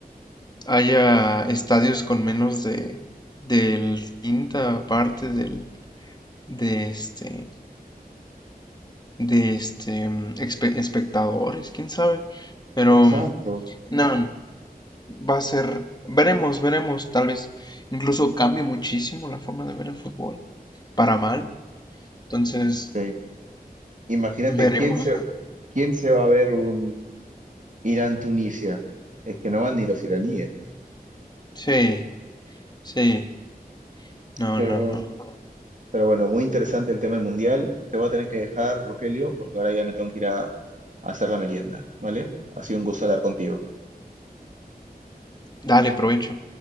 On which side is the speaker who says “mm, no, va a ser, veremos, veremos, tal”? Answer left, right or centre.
Left